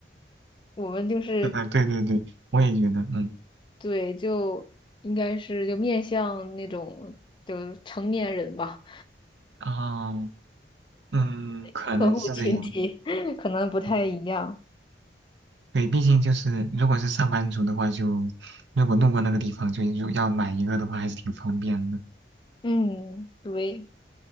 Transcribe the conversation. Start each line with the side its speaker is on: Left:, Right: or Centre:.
Left: 我们就是
Right: <laughs> 对对对，我也觉得，嗯，
Left: 对，就应该是就面向那种就成年人吧，
Right: 哦，嗯，
Left: <laughs>
Right: 可能是这样。
Left: 客户群体 <laughs> 可能不太一样。
Right: 对对，毕竟就是如果是上班族的话就，如果路过那个地方就就要买一个的话，还是挺方便的。
Left: 嗯，对